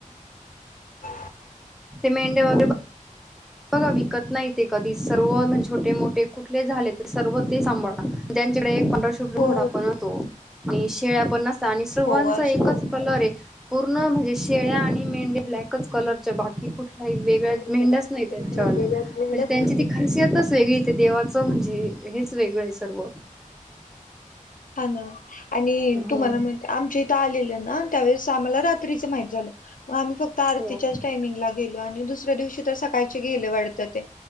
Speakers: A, on the left (about 80°); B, in the centre.
A: ह
B: ते मेंढ्या वगैरे बघा विकत नाही ते कधी सर्व छोटे मोठे कुठले झाले तर सर्व ते सांभाळ त्यांच्याकडे फटोशूट घोडा
A: हो
B: पण होतो आणि शेळ्या पण नसत आणि सर्वांचा
A: हो असतो
B: एकच कलर आहे पूर्ण म्हणजे शेळ्या आणि मेंढ्या ब्लॅकच कलरच्या बाकी कु काही वेगळाच
A: पण अशा
B: मेंढ्याच
A: बाबतीत
B: नाही म्हणजे
A: मेंढ्या
B: त्यांची तिकडे वेगळी ते देवाचं म्हणजे हेच वेगळं आहे सर्व
A: हा ना आणि
B: हो
A: तुम्हाला म्हणते आमच्या इथं आलेल त्यावेळेस आम्हाला रात्रीच माहित झालं मग आम्ही फक्त आरतीच्याच
B: हो
A: टाइमिंगला गेलो आणि दुसऱ्या दिवशी तर सकाळचे गेले वाटत ते